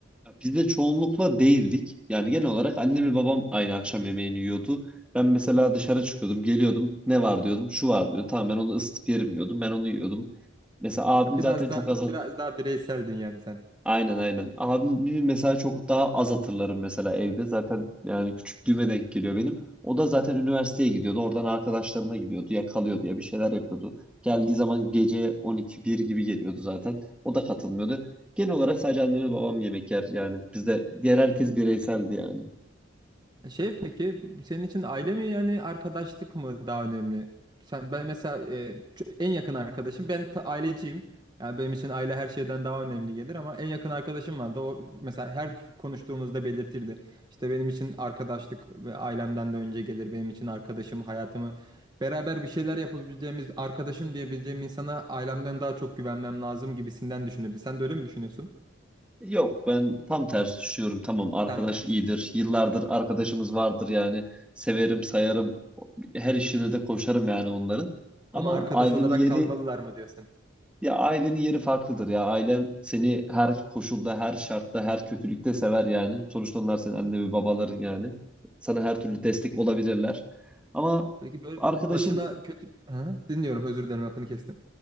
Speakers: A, in the centre; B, on the right.
A: Biz de çoğunlukla değildik. Yani genel olarak annem ve babam aynı akşam yemeğini yiyordu. Ben mesela dışarı çıkıyordum, geliyordum. Ne var diyordum, şu var diyor. Tamam ben onu ısıtıp yerim diyordum. Ben onu yiyordum. Mesela abim
B: Biraz
A: zaten çok
B: da
A: az
B: biraz daha bireyseldin yani sen.
A: Aynen aynen. Abimi mesela çok daha az hatırlarım mesela evde. Zaten yani küçüklüğüme denk geliyor benim. O da zaten üniversiteye gidiyordu. Oradan arkadaşlarına gidiyordu. Ya kalıyordu ya bir şeyler yapıyordu. Geldiği zaman gece 12-1 gibi geliyordu zaten. O da katılmıyordu. Genel olarak sadece annem ve babam yemek yer yani. Bizde diğer herkes bireyseldi yani.
B: E, Şey peki senin için aile mi yani arkadaşlık mı daha önemli? Sen ben mesela e, ç- en yakın arkadaşım ben ta- aileciyim. Yani benim için aile her şeyden daha önemli gelir ama en yakın arkadaşım vardı. O mesela her konuştuğumuzda belirtirdi. İşte benim için arkadaşlık ve ailemden de önce gelir. Benim için arkadaşım hayatımı beraber bir şeyler yapabileceğimiz arkadaşım diyebileceğim insana ailemden daha çok güvenmem lazım gibisinden düşünürdü. Sen de öyle mi düşünüyorsun?
A: Yok ben tam tersi düşünüyorum. Tamam arkadaş
B: Tam tersi.
A: iyidir. Yıllardır arkadaşımız vardır yani. Severim sayarım. Her işine de koşarım yani onların.
B: Ama
A: Ama
B: arkadaş
A: ailenin
B: olarak
A: yeri
B: kalmalılar mı diyorsun?
A: Ya ailenin yeri farklıdır ya. Ailen seni her koşulda, her şartta, her kötülükte sever yani. Sonuçta onlar senin anne ve babaların yani. Sana her türlü destek olabilirler. Ama
B: Peki böyle
A: arkadaşın
B: başına kötü... Ha, dinliyorum özür dilerim lafını kestim.